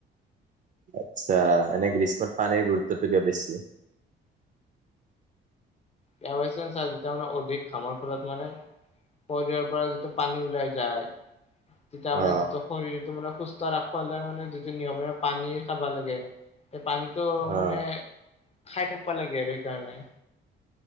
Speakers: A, on the right; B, on the left.
A: আচ্ছা এনে গ্ৰীষ্মত পানীৰ গুৰুত্বটো কিয় বেছি?
B: বেয়া পছে চ যেতিয়া মানে অধিক ঘামৰ ফলত মানে- শৰিৰ পৰা যিটো পানী ওলাই যায় তেতিয়া মানে
A: অ
B: যিটো শৰীৰতটো মানে সুস্থ ৰাখবলে মানে যিটো নিয়মীয়া পানী খাব লাগে সেই পানীত- তো
A: অ
B: মানে খাই থাকবা লাগে আৰু সেইকাৰণে-